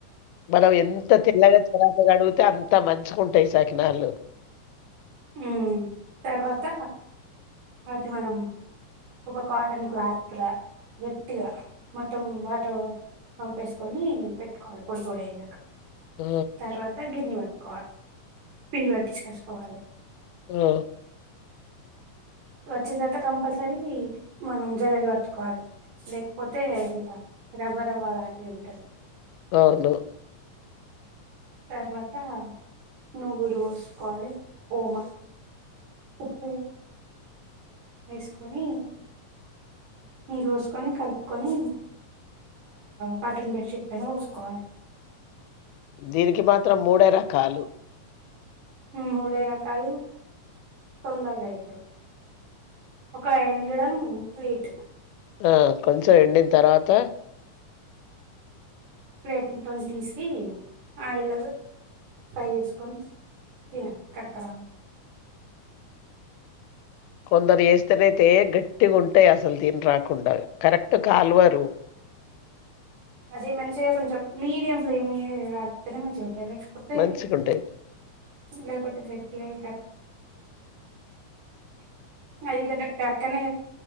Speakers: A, on the left; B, on the right.
A: మనం ఎంత తిన్న కానీ <unintelligible> కడుగుతే అం త మంచిగుంటయి సకినాళ్లు.
B: మ్మ్ తర్వాత అది మనం ఒక కాటన్ క్లాత్ లా గట్టిగ మొత్తం వాటర్ పంపేసుకొని పెట్టుకోవలి పొడి పొడేయేదాకా.
A: ఆ
B: తర్వాత గిర్ని ప కొవ పిండి పట్టిచ్చికచ్చుకోవాలి.
A: ఆ
B: వచ్చిన తర్వాత కంపల్సరీ మనం జల్లెడ పట్టుకోవాలి లేకపోతే అంతా రవ్వ రవ్వ లాంటిది ఉంటది.
A: అవును
B: తర్వాత నువ్వులు పోసుకోవాలి ఓమ ఉప్పు ఏస్కొని నీళ్లు ఓస్కొని కల్పుకొని కాటన్ బెడ్షీట్ పైన పోసుకోవాలి.
A: దీనికి మాత్రం మూడే రకాలు
B: మూడే రకాలు తొందరగా అయితది ఒక ఎండడం లేట్
A: ఆ కొం చం ఎండిన తర్వాత
B: ప్లేట్లతోని తీసి ఆయిల్ల ఫ్రై చేసుకొని తినాల కరకరా అని
A: కొందరు చేస్తేనైతే గట్టిగుంటయి అసలు తిన్రాకుండా కరెక్ట్ కాలువరు.
B: అది మంచిగ కొంచెం మీడియం ఫ్లేమ్ మీద కాల్తెనె మంచిగ టది లేకపోతే
A: మంచిగుంటాయి.
B: లేపోతే గ తీ అయి <unintelligible> హై కంటే పక్కనే